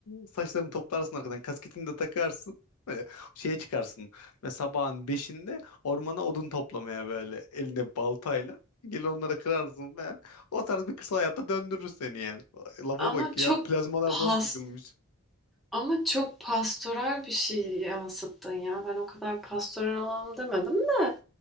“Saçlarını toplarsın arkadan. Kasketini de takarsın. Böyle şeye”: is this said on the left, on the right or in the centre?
Left